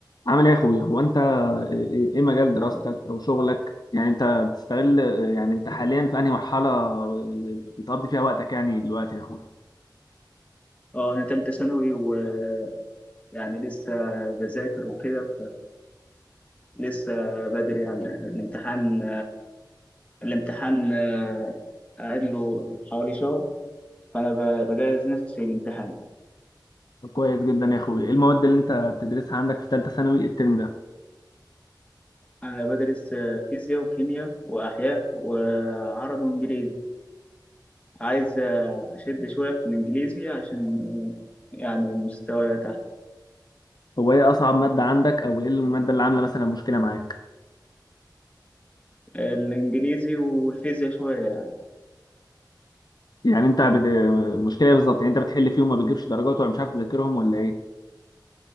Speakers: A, on the left; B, on the left.
A: عامل ايه يا اخويا هو انت ايه مجال دراستك
B: الحمد لله.
A: او شغلك يعني انت بتستغل يعني انت حاليا في انهي مرحله بتقضي فيها وقتك يعني دلوقتي يا اخويا
B: اه انا تالتة ثانوي ويعني لسه بذاكر وكده لسه بدري يعني الامتحان الامتحان قاعد له حوالي شهر فانا ب- بجهز نفسي للامتحان
A: طب كويس جدا يا اخويا ايه المواد اللي انت بتدرسها عندك في ثالثه ثانوي الترم ده
B: انا بدرس فيزياء وكيمياء واحياء وعربي وانجليزي عايز اشد شوية في الانجليزي عشان يعني مستواي تحت
A: هو ايه اصعب ماده عندك او ايه الماده اللي عامله مثلا مشكله معاك
B: الانجليزي والفيزياء شوية يعني
A: يعني انت بت... مشكله إيه بالظبط يعني انت بتحل فيهم ما بتجيبش درجات ولا مش عارف تذاكرهم ولا ايه